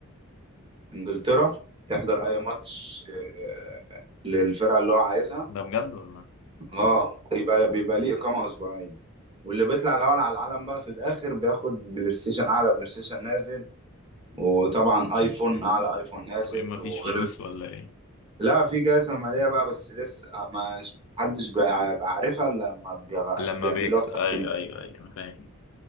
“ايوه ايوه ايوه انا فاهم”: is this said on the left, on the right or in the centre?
Left